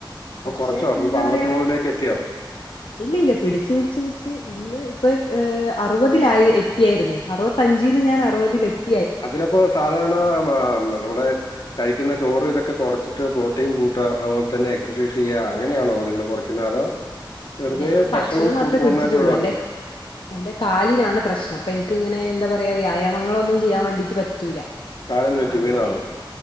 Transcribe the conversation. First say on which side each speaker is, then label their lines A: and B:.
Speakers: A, on the left; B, on the left.
A: അപ്പൊ
B: പക്ഷെ
A: കൊറച്ചോ? അപ്പൊ
B: എന്താ പറയാ
A: എത്തിയോ?
B: ഇല്ല ഇല്ല പിടിച്ച് പിടിച്ച് പിടിച്ച് ഇന്ന് ഇപ്പ് ക്ക് അറുപതിലായി എത്തിയാരുന്നു അറുപത്തോ അഞ്ചീന്ന് ഞാൻ അറുപതിൽ എത്തി
A: അതിലപ്പോ സാധാരണ നമ്മടെ കഴിക്കുന്ന ചോറും ഇതൊക്കെ കുറച്ച് ച്ചിട്ട് പ്രോട്ടീൻ കൂട്ടുക അതുപോലെ തന്നെ എക്സൈസ് ചെയ്യുക അങ്ങനെയാണോ നിങ്ങൾ കുറയ്ക്കുന്നത് അതോ വെറുതെ
B: ഞാൻ
A: ഭക്ഷണം
B: മാത്രമേ
A: പൂർണ്ണമായിട്ട്
B: പിടിച്ചിട്ടുള്ളൂ
A: ഒഴുവാക്കൊന്ന്
B: എന്റെ എന്റെ കാലിനാണ് പ്രശ്നം അപ്പൊ എനിക്ക് ഇങ്ങനെ എന്താ പറയാ വ്യായാമങ്ങളൊന്നും ചെയ്യാൻ വേണ്ടിട്ട് പറ്റൂല
A: കാലെന്ത് പറ്റി
B: അങ്ങനെ
A: വീണതാണോ?